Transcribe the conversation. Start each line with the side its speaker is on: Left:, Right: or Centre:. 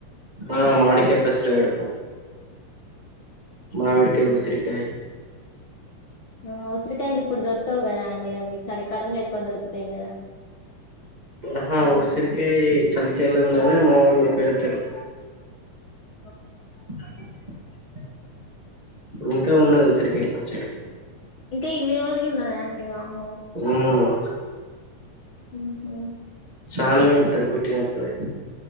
Right: ఆ మామీడికయ పచ్చడ పెడుతం మావిడికాయ్
Left: మ్మ్.
Right: ఉసిరికాయ్
Left: ఓ ఉసిరికాయలు ఇప్పుడు దొరకవు కదా అండి అవి చలికాలంలో ఎక్కువ దొరుకుతాయి కదా
Right: అహా
Left: మ్మ్.
Right: ఉసిరికాయ చలికి కాలంలనే మా వాళ్ళు పెడుతారు
Left: ఓ
Right: <inaudible> ఇంకా ఉన్నది ఉసిరికాయ పచ్చడి
Left: ఇంకా ఇన్ని రోజులు ఉన్నదా అండి వామ్మో
Right: మ్మ్
Left: ఉమ్ ఉ
Right: చాలా ఏడుత్తరు పుట్టినప్పుడే.